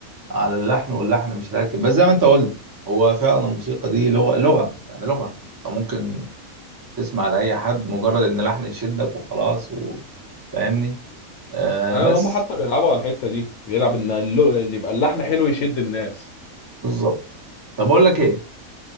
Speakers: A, on the right; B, on the left.
A: على اللحن واللحن مش راكب بس زي ما انت قلت هو فعلا الموسيقى دي لغه لغه يعني لغه انت ممكن تسمع لاي حد مجرد ان لحن يشدك وخلاص و... فاهمني آه
B: ايوه
A: بس
B: هم حتى بيلعبوا على الحته دي بيلعب ان اللو- اللي يبقى اللحن حلو يشد الناس
A: بالظبط طب اقول لك ايه